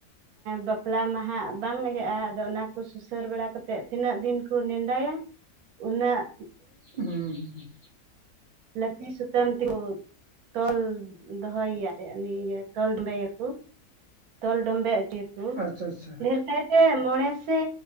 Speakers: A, on the right; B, on the right.
A: ᱵᱟᱯᱞᱟ ᱢᱟᱦᱟᱜ ᱵᱟᱝ ᱟᱸᱡᱟᱜ-ᱟ ᱟᱫᱚ ᱚᱱᱟ ᱠᱚ ᱥᱩᱥᱟᱹᱨ ᱵᱟᱲᱟ ᱠᱟᱛᱮᱜ ᱛᱤᱱᱟᱹᱜ ᱫᱤᱱ ᱠᱚ ᱱᱮᱰᱟᱭᱟ ᱩᱱᱟᱹᱜ᱾
B: ᱦᱩᱸ ᱦᱩᱸ
A: ᱞᱟᱯᱤ ᱥᱩᱛᱢ <unintelligible> ᱛᱚᱞ ᱫᱚᱦᱚᱭᱟᱞᱮ ᱤᱭᱟᱹ ᱛᱚᱞ ᱛᱚᱞᱮᱭᱟᱠᱚ ᱛᱚᱞ ᱰᱚᱢᱵᱮ ᱟᱡᱤᱯ
B: ᱟᱪᱪᱷᱟ ᱟᱪᱪᱷᱟ
A: ᱰᱷᱮᱨ ᱠᱟᱭᱛᱮ ᱢᱚᱬᱮ ᱥᱮ